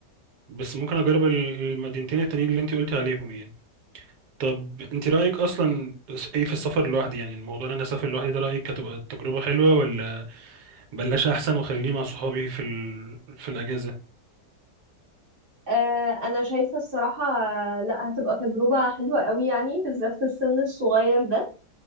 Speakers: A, on the right; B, on the right.
A: بس ممكن أجرب ال- المدينتين التانيين اللي أنت قلتي عليهم يعني طب أنت رأيك أصلا إيه في السفر لوحدي يعني الموضوع إن أنا أسافر لوحدي ده رأيك هتبقى تجربة حلوة ولا بلاش أحسن وخليني مع صحابي في ال... في الأجازة
B: آه، أنا شايفة الصراحة آه، لا هتبقى تجربة حلوة قوي يعني بالذات في السن الصغير ده